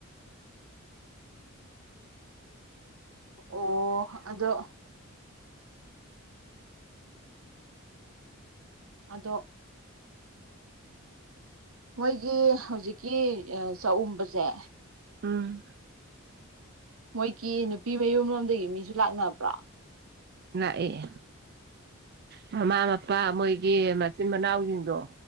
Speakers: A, on the right; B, on the right.
A: <unintelligible> ꯑꯣ ꯑꯗꯣ ꯑꯗꯣ ꯃꯣꯏꯒꯤ ꯍꯧꯖꯤꯛꯀꯤ ꯆꯥꯎꯨꯝꯕꯖꯦ
B: ꯎꯝ
A: ꯃꯣꯏꯒꯤ ꯅꯨꯄꯤ ꯃꯌꯨꯝꯔꯣꯝꯗꯥꯒꯤ ꯃꯤꯖꯨ ꯂꯥꯛꯅꯕ꯭ꯔꯣ
B: ꯂꯥꯛꯑꯦ ꯃꯃꯥ ꯃꯄꯥ ꯃꯣꯏꯒꯤ ꯃꯆꯤꯟ ꯃꯅꯥꯎꯖꯤꯡꯗꯣ